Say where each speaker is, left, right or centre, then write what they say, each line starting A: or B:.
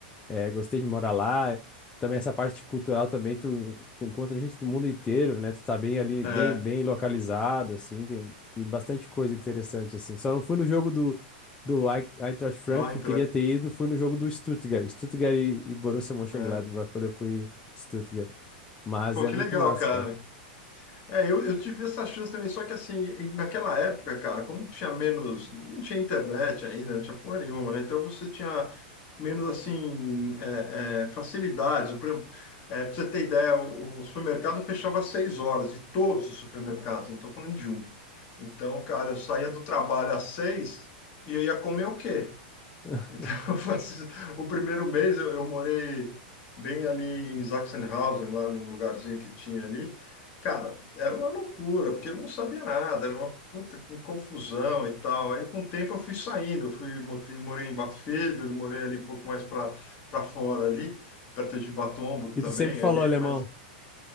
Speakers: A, on the left (about 20°); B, on the left (about 45°).
A: é, gostei de morar lá. Também essa parte cultural também, tu encontra gente do mundo inteiro, né? Tu tá bem ali,
B: é,
A: bem, bem localizado, assim, tem, tem bastante coisa interessante, assim. Só não fui no jogo do, do Ein- Eintracht Frankfurt,
B: do Eintracht.
A: queria ter ido, fui no jogo do Stuttgart. Stuttgart e, e Borussia Mönchengladbach,
B: É.
A: quando eu fui em Stuttgart. Mas
B: Pô,
A: é
B: que
A: muito
B: legal,
A: massa,
B: cara.
A: cara.
B: É, eu, eu tive essa chance também, só que assim, em- naquela época, cara, como tinha menos, não tinha internet ainda, não tinha porra nenhuma, né? Então você tinha menos, assim, é, é, facilidades. Por exemplo, é, pra você ter ideia, o, o supermercado fechava às seis horas, e todos os supermercados, não estou falando de um. Então, cara, eu saía do trabalho às seis e eu ia comer o quê?
A: <laughs>
B: Então, <laughs> eu faço- o primeiro mês eu, eu morei bem ali em Sachsenhausen, lá num lugarzinho que tinha ali. Cara, era uma loucura, porque eu não sabia nada, era uma puta com confusão e tal. Aí, com o tempo, eu fui saindo, eu fui, motei- morei em Bad Vilbel, morei ali um pouco mais para para fora ali, perto de Bad Homburg
A: E
B: também
A: tu sempre falou
B: ali,
A: alemão.
B: mas